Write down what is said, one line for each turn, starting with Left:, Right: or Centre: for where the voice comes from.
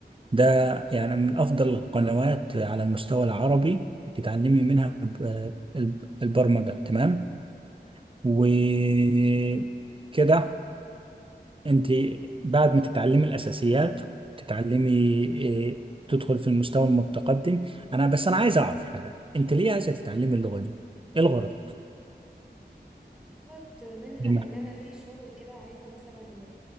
Right: ده يعني من أفضل القنوات على المستوى العربي تتعلمي منها ب- الب- البرمجة تمام وكده انت بعد ما تتعلمي الاساسيات تتعلمي إيه، تدخل في المستوى المتقدم انا بس انا عايز اعرف حاجه انت ليه عايزه تتعلمي اللغه دي ايه الغرض
Centre: غرض منها
Right: تمام
Centre: ان انا في شغل كده عايزة مثلا